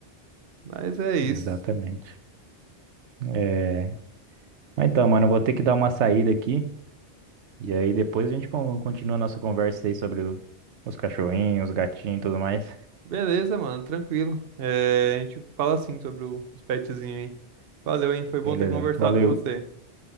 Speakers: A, on the right; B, on the right.
A: Mas é isso.
B: exatamente. É... Mas então, mano, eu vou ter que dar uma saída aqui. E aí depois a gente con- continua a nossa conversa aí sobre o- os cachorrinhos, os gatinhos e tudo mais.
A: Beleza, mano, tranquilo. É, a gente fala assim sobre o- os petzinhos aí. Valeu, hein? Foi bom
B: Beleza,
A: ter conversado
B: mano. valeu.
A: com você.